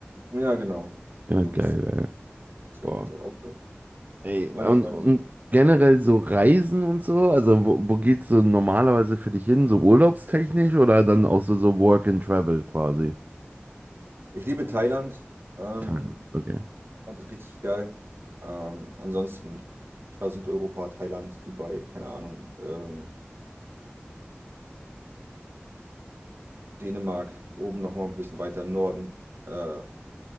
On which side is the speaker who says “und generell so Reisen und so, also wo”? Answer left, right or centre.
Right